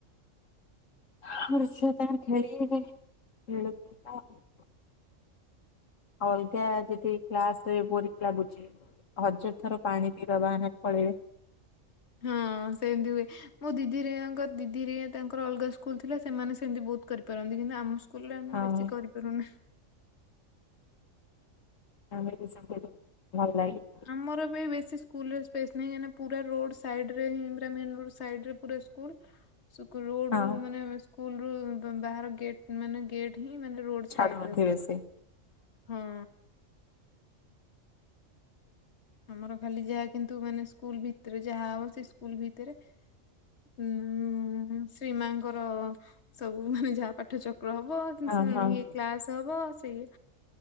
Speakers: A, on the left; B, on the left.
A: ହଁ ଛୁଆ ତାହାଲେ ଖଳିବେ <inaudible> ଆଉ ଅଲଗା ଯଦି କ୍ଲାସ୍ ରେ ବୋରିଙ୍ଗ ଲାଗୁଛି ହଜାର ଥର ପାଣି ପିଇବା ବାହାନାରେ ପଳେଇବେ।
B: ହଁ ସେମିତି ହୁଏ। ମୋ ଦିଦିି ହେଆଙ୍କର ଦିଦିି ହେରିଆ ତାଙ୍କର ଅଲଗା ସ୍କୁଲ୍ ଥିଲା, ସେମାନେ ସେମିତି ବହୁତ କରିପାରନ୍ତି। କିନ୍ତୁ ଆମ ସ୍କୁଲ୍ ରେ ଆମେ
A: ହଁ
B: ବେଶୀ କରିପାରୁନା।
A: ଆମେ ବି <inaudible> ଭଲ ଲାଗେ।
B: ଆମର ବି ବେଶୀ ସ୍କୁଲ୍ ରେ ସ୍ପେସ୍ ନାହିଁ, କାହିଁକି ନା ପୁରା ରୋଡ୍ ସାଇଡ୍ ରେ ହିଁ ପୁରା ମେନ୍ ରୋଡ୍ ସାଇଡ୍ ରେ ପୁରା ସ୍କୁଲ୍। ସୁକୁ ରୋଡ୍
A: ହଁ
B: ରୁ ମାନେ ଏ ସ୍କୁଲ୍ ରୁ ବ-ବାହାର ଗେଟ୍ ମାନେ ଗେଟ୍ ହିଁ ମାନେ ରୋଡ୍
A: ଛାଡୁନଥିବେ
B: ସାଇଡ୍ ରେ ପୁରା
A: ସେ
B: ହଁ। ଆମର ଖାଲି ଯାହା କିନ୍ତୁ ମାନେ ସ୍କୁଲ୍ ଭିତରେ ଯାହା ହବ ସେ ସ୍କୁଲ୍ ଭିତରେ। ଉଁ ଶ୍ରୀ ମାଙ୍କର ସବୁ ମାନେ ଯାହା ପାଠ ଚକ୍ର ହବ।
A: ହଁ
B: <unintelligible>
A: ହଁ
B: ଇଏ କ୍ଲାସ ହବ ସେଆ